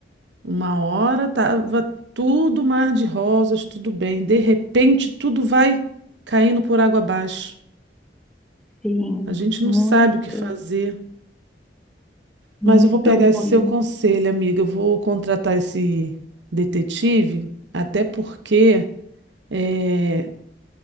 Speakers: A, on the right (about 80°); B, in the centre.
A: Uma hora tava tudo mar de rosas, tudo bem. De repente, tudo vai caindo por água abaixo.
B: sim,
A: A gente
B: muito,
A: não sabe o que fazer.
B: muito
A: Mas eu vou pegar esse
B: ruim.
A: seu conselho, amiga. Eu vou contratar esse detetive, até porque eh,